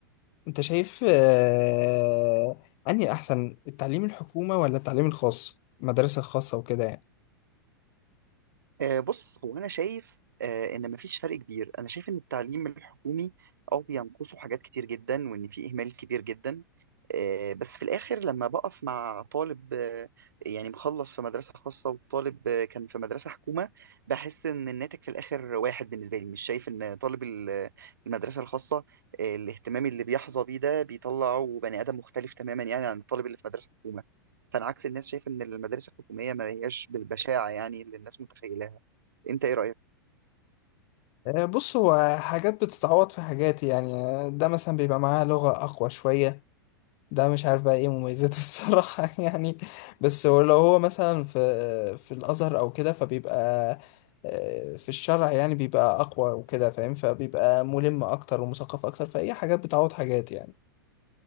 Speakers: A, on the left; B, on the right.
A: انت شايف آه، انهي احسن التعليم الحكومه ولا التعليم الخاص المدارس الخاصه وكده يعني
B: آه، بص هو انا شايف آه، ان مفيش فرق كبير انا شايف ان التعليم الحكومي اه بينقصه حاجات كتير جدا وان في اهمال كبير جدا آه، بس في الاخر لما بقف مع طالب آه، يعني مخلص في مدرسة خاصة وطالب آه، كان في مدرسة حكومة بحس ان الناتج في الاخر واحد بالنسبة لي مش شايف ان طالب ال- المدرسة الخاصة آه، الاهتمام اللي بيحظى بيه ده بيطلعه بني ادم مختلف تماما يعني عن الطالب اللي في مدرسة حكومة فانا عكس الناس شايف ان المدارس الحكومية ما هياش بالبشاعة يعني اللي الناس متخيلة انت ايه رايك
A: آه، بص هو حاجات بتتعوض في حاجات يعني آه، ده مثلا بيبقى معاه لغه اقوى شويه ده مش عارف بقى ايه مميزاته <laughs> الصراحة يعني بس هو لو هو مثلا في في الأزهر أو كده فبيبقى آه، في الشرع يعني بيبقى أقوى وكده فاهم فبيبقى ملم أكتر ومثقف أكتر فأي حاجات بتعوض حاجات يعني